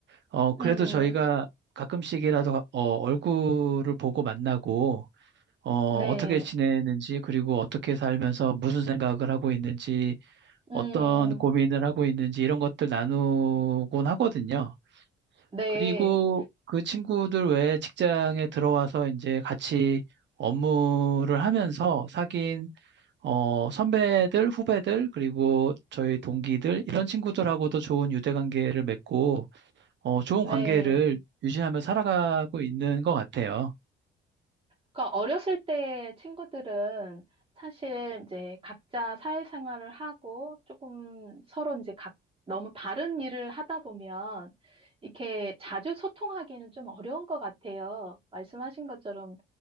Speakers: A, on the right (about 65°); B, on the right (about 30°).
A: 어, 그래도
B: 음,
A: 저희가 가끔씩이라도 가- 어, 얼굴을 보고 만나고 어,
B: 네,
A: 어떻게 지내는지 그리고 어떻게 살면서 무슨 생각을 하고 있는지 어떤
B: 음,
A: 고민을 하고 있는지 이런 것들 나누곤 하거든요.
B: 네,
A: 그리고 그 친구들 외에 직장에 들어와서 이제 같이 업무를 하면서 사귄 어, 선배들, 후배들, 그리고 저희 동기들 이런 친구들하고도 좋은 유대 관계를 맺고 어, 좋은
B: 네.
A: 관계를 유지하며 살아가고 있는 것 같아요.
B: 그러니까 어렸을 때 친구들은 사실 이제 각자 사회생활을 하고 조금 서로 이제 각 너무 다른 일을 하다 보면 이렇게 자주 소통하기는 좀 어려운 것 같아요. 말씀하신 것처럼